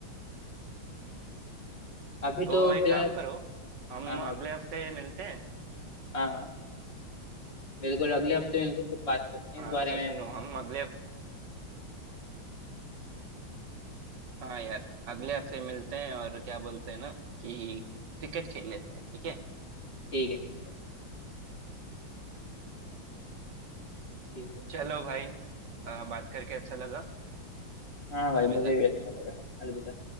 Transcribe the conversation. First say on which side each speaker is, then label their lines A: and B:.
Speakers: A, on the left; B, on the right.
A: अभी
B: तो
A: तो
B: एक
A: फिलहाल
B: काम करो हम
A: हाँ हाँ बत-
B: अगले हफ्ते मिलते हैं
A: हाँ हाँ बिल्कुल अगले हफ्ते मिलकर फिर बात करते हैं
B: हाँ
A: इस बारे
B: तो
A: में
B: सुनो
A: अपन
B: हम अगले हाँ यार अगले हफ्ते मिलते हैं और क्या बोलते हैं ना कि क्रिकेट खेल लेते हैं ठीक है
A: ठीक है ठीक है ठीक है
B: चलो भाई अ, बात करके अच्छा लगा
A: हाँ भाई
B: अलविदा
A: मुझे भी अच्छा लगा अलविदा